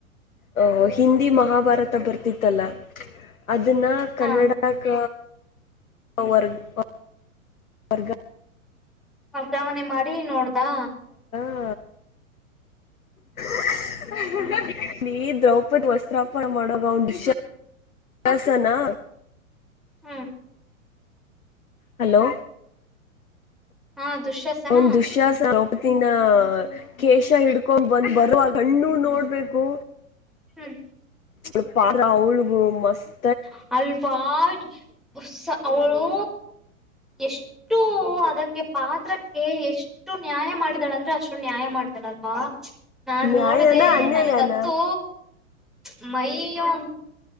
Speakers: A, on the left; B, in the centre.
A: ಹ ಹಿಂದಿ ಮಹಾಭಾರತ ಬರ್ತಿತ್ತಲ್ಲ. ಅದನ್ನ ಕನ್ನಡ
B: ಹ
A: ಕ <unintelligible>
B: ವರ್ಗಾವಣೆ ಮಾಡಿ ನೋಡ್ದಾ.
A: ಹ <unintelligible> <unintelligible>
B: ಹ್ಮ್
A: ದ್ರೌಪದಿ ವಸ್ತ್ರಾಪಣ ಮಾಡುವಾಗ ಅವನ ದುಶ್ಯಾಸನಾ
B: <unintelligible>
A: ಹಲೋ
B: ಹಾ ದುಶ್ಯಾಸನ
A: ಅವನ್ ದುಶ್ಯಾಸನ ಇತ್ತಿನ ಕೇಶ ಹಿಡ್ಕೊಂಡ ಬಂದ ಬರುವಾಗ ಕಣ್ಣು ನೋಡ್ಬೇಕು.
B: ಹ್ಮ್
A: ಳ ಪಾತ್ರ ಅವಳಿಗೂ ಮಸ್ತ್
B: <unintelligible> ಅವಳು ಎಷ್ಟು ಅದಕ್ಕೆ <unintelligible> ಪಾತ್ರಕ್ಕೆ ಎಷ್ಟು <unintelligible> ಅಷ್ಟು ನ್ಯಾಯ ಮಾಡಿದಳ ಅಂದ್ರೆ ಅಷ್ಟು ನ್ಯಾಯ ಮಾಡಿದಾಳಲ್ವಾ ನಾನ್
A: ನ್ಯಾಯನ
B: ನೋಡಿದೆ
A: ಅನ್ಯಾಯನ
B: ನನ್ಗಂತೂ <unintelligible> ಮೈಯೋ <unintelligible>